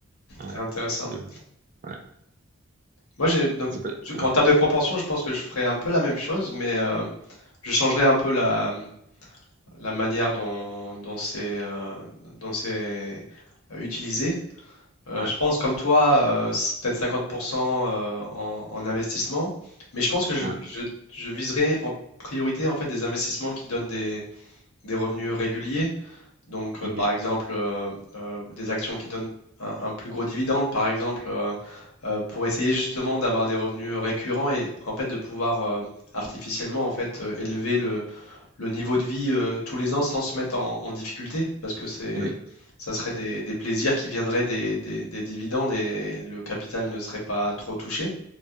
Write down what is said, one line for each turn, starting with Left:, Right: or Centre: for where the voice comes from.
Right: Ouais,
Left: c'est intéressant.
Right: de, ouais,
Left: Moi, j'ai donc
Right: c'est pas,
Left: tu-
Right: ouais,
Left: en termes de proportion, je pense que je ferais un peu la même chose, mais euh, je changerais un peu la, la manière dont, dont c'est euh, dont c'est euh, utilisé. Euh,
Right: ouais,
Left: je pense, comme toi, euh, c'est peut-être 50% euh, en, en investissement, mais je pense que je,
Right: ouais,
Left: je, je viserais en priorité en fait des investissements qui donnent des, des revenus réguliers. Donc,
Right: ok,
Left: euh, par exemple, euh, euh, des actions qui donnent un, un plus gros dividende, par exemple, euh, euh, pour essayer justement d'avoir des revenus récurrents et en fait de pouvoir euh, artificiellement en fait euh, élever le, le niveau de vie euh, tous les ans sans se mettre en, en difficulté, parce que c'est
Right: oui,
Left: ça serait des, des plaisirs qui viendraient des, des- des dividendes et le capital ne serait pas trop touché.